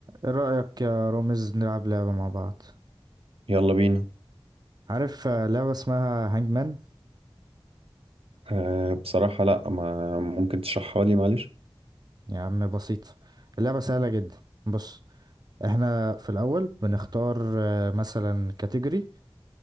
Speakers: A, on the right; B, on the right.
A: ايه رأيك يا رامز نلعب لعبة مع بعض
B: يلا بينا
A: عارف آه، لعبة اسمها هانجمان
B: أه بصراحة لا ما ممكن تشرحها لي معلش
A: يا عم بسيطة اللعبة سهلة جدا بص احنا في الأول بنختار آه، مثلا كاتيجوري